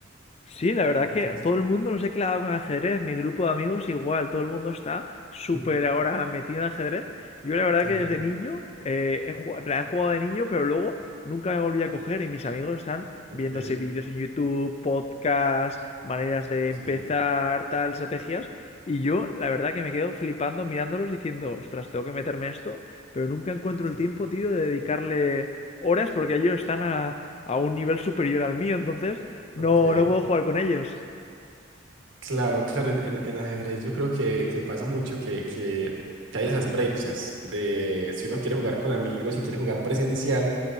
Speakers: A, on the left (about 30°); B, on the right (about 70°).
A: Sí, la verdad
B: ¿No
A: que
B: te gusta?
A: todo el mundo, no sé qué le ha dado con el ajedrez, mi grupo de amigos igual, todo el mundo está súper
B: Sí.
A: ahora metido en ajedrez. Yo la verdad
B: Ajá,
A: que desde niño, eh, he jugado, en plan, he jugado de niño, pero luego nunca me volví a coger y mis amigos están
B: ok,
A: viéndose vídeos en YouTube, podcasts, maneras de empezar,
B: sí,
A: tal, estrategias. Y yo la verdad que me quedo flipando mirándolos diciendo, ostras, tengo que meterme en esto, pero nunca encuentro
B: sí,
A: el tiempo, tío, de dedicarle horas porque ellos están a, a un nivel superior al mío. Entonces, no,
B: ok.
A: no puedo jugar con ellos.
B: Claro, claro, en, en- en ajedrez yo creo que, que pasa mucho que, que, que hay esas brechas de si uno quiere jugar con amigos y quiere jugar presencial,